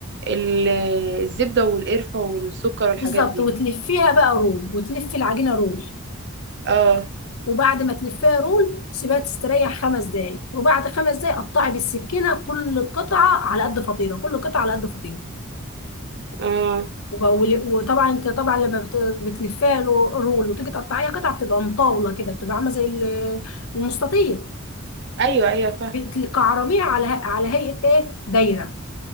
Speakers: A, on the right; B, on the left.
A: ال- الزبدة والقرفة والسكر والحاجات
B: بالظبط
A: دي
B: وتلفيها بقى رول وتلفي العجينه رول
A: اه
B: وبعد ما تلفيها رول سيبها تستريح خمس دقايق وبعد خمس دقايق قطعي بالسكينه كل قطعه على قد فطيره كل قطعه على قد فطيره
A: اه
B: وبقى- ول- وطبعا انت طبعا لما بت- بتلفيها رو- رول وتيجي تقطعيها قطع بتبقى مطاوله كده بتبقى عامله زي ال- المستطيل
A: ايوه ايوه فاهمة
B: بتكعرميها على على هيئه ايه دايره